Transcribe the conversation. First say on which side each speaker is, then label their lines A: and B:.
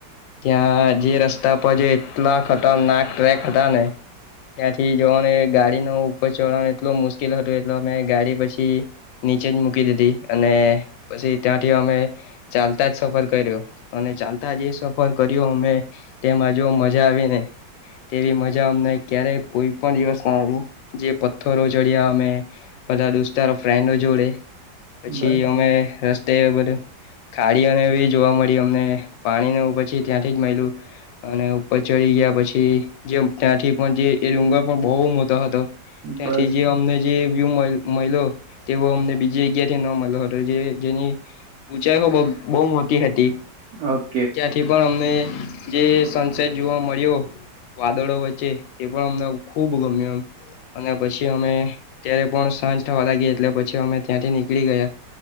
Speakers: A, on the left; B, on the right.
A: ત્યાં જે રસ્તા પર જે એટલા ખતરનાક ટ્રેક હતા ને ત્યાંથી જવાનું એ ગાડીનુ ઉપર ચઢવાનું એટલો મુશ્કેલ હતો એટલે અમે ગાડી પછી નીચે જ મૂકી દીધી, અને પછી ત્યાંથી અમે ચાલતા જ સફર કર્યો, અને ચાલતા જે સફર કર્યો અમે તેમાં જો મજા આવી ને તેવી મજા અમને ક્યારે કોઈ પણ દિવસ ના આવી, જે પથ્થરો ચડ્યા અમે બધા દોસ્તો ફ્રેન્ડો જે જોડે પછી
B: બસ
A: અમે રસ્તે બધું ખાડી અને જોવા મળી અમને પાણી નુ પછી ત્યાંથી જ મઈલું અને ઉપર ચડી ગયા પછી જે ત્યાંથી પણ જે એ ડુંગર પણ બહુ મોટો હતો, ત્યાંથી
B: બસ
A: જે અમને જે વ્યુ મલ મળ્યો તેવો અમને બીજી જગ્યા ન મલ્યો હતો, જે જેની ઊંચાઈ હો બો બહુ મોટી હતી
B: હ
A: ત્યાંથી પણ અમને જે સનસેટ જોવા મળ્યો વાદળો વચ્ચે તે પણ અમને ખુબ ગમ્યું એમ અને પછી અમે ત્યારે પણ સાંજ થવા લાગી એટલે પછી અમે ત્યાંથી નીકળી ગયા